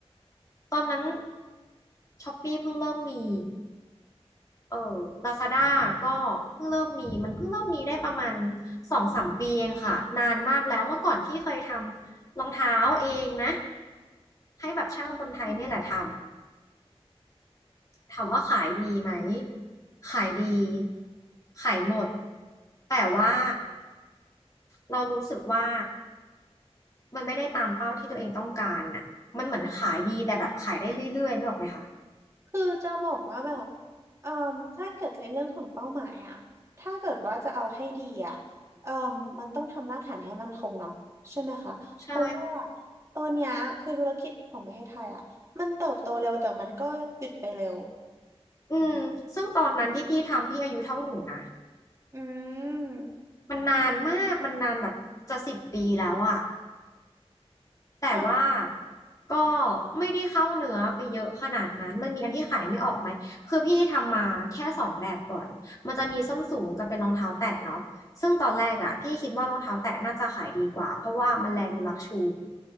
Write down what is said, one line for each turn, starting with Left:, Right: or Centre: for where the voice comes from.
Left: ตอนนั้นช้อปปี้เพิ่งเริ่มมี เออ Lazada ก็เพิ่งเริ่มมี มันเพิ่งเริ่มมีได้ประมาณสองสามปีเองค่ะนานมากแล้วเมื่อก่อนพี่เคยทำรองเท้าเองนะให้แบบช่างคนไทยเนี่ยแหละท
Right: อืม
Left: ำถามว่าขายดีไหมขายดีขายหมดแต่ว่าเรารู้สึกว่ามันไม่ได้ตามเป้าที่ตัวเองต้องการน่ะมันเหมือนขายดีแต่แบบขายได้เรื่อยๆนึกออกไหมคะ
Right: คือจะบอกว่าแบบเอ่มถ้าเกิดในเรื่องของเป้าหมายอะถ้าเกิดว่าจะเอาให้ดีอะเอ่มมันต้องทำรากฐานให้มั่นคงเนาะใช่ไหมคะ
Left: ใช่
Right: เพราะว่าตอนเนี้ยคือธุรกิจของประเทศไทยอะมันเติบโตเร็วแต่มันก็หยุดไปเร็ว
Left: อืมซึ่งตอนนั้นที่พี่ทำพี่อายุเท่าหนูนะ
Right: อืม
Left: มันนานมาก มันนานแบบจะสิบปีแล้วอะแต่ว่า
Right: ค่ะ
Left: ก็ไม่ได้เข้าเนื้อไปเยอะขนาดนั้นมันมีอันที่ขายไม่ออกไหมคือพี่ทำมาแค่สองแบบก่อน มันจะมีส้นสูงกับเป็นรองเท้าแตะเนาะซึ่งตอนแรกอะพี่คิดว่ารองเท้าแตะน่าจะขายดีกว่าเพราะว่ามันแลดูลักชู